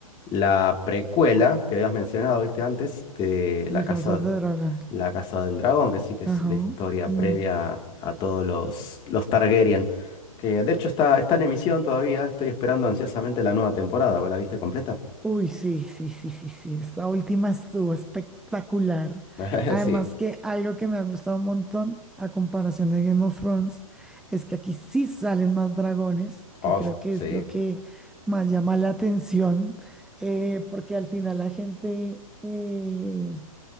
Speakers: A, on the left; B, in the centre.
A: la precuela que habías mencionado, viste, antes, de La
B: De House
A: Casa,
B: of the Dragon.
A: La Casa del Dragón, que sí que es
B: Ajá.
A: la historia
B: mm.
A: previa a todos los, los Targaryen. Que de hecho está, está en emisión todavía, estoy esperando ansiosamente la nueva temporada. ¿Vos la viste completa?
B: Uy, sí, sí, sí, sí, sí, esta última estuvo espectacular.
A: <laughs>
B: Además
A: Sí.
B: que algo que me ha gustado un montón a comparación de Game of Thrones es que aquí sí salen más dragones, que
A: Oh,
B: creo que
A: sí.
B: es lo que más llama la atención, eh, porque al final la gente eh,